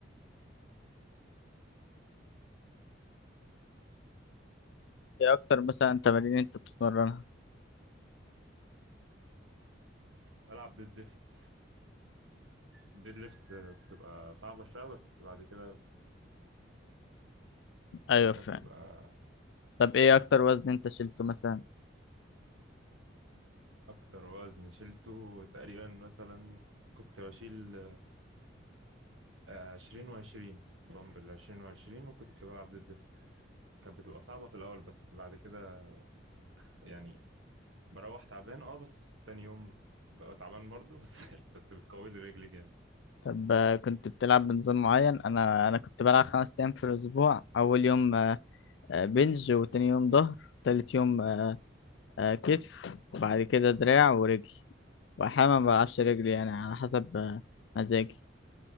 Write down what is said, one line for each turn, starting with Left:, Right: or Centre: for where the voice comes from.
Left: ايه اكتر مثلا تمارين انت بتتمرنها
Right: بلعب ديد ليفت ديد ليفت بتبقى صعبة شوية بس بعد كده
Left: ايوه
Right: بعد كده
Left: فعلا
Right: بتبقى
Left: طب ايه اكتر وزن انت شلته مثلا
Right: أكتر وزن شلته تقريبا مثلا كنت بشيل آه، عشرين وعشرين دمبل عشرين وعشرين وكنت بلعب ديد ليفت كانت بتبقى صعبة في الأول بس بعد كده يعني بروح تعبان اه بس تاني يوم ببقى تعبان برضه بس <laughs> بس بتقوي لي رجلي جامد
Left: طب آه، كنت بتلعب بنظام معين انا انا كنت بلعب خمس ايام في الاسبوع اول يوم آه، آه، بنج وتاني يوم ظهر تالت يوم آه، آه، كتف وبعد كده دراع ورجل واحيانا ما بلعبش رجلي يعني على حسب آه، مزاجي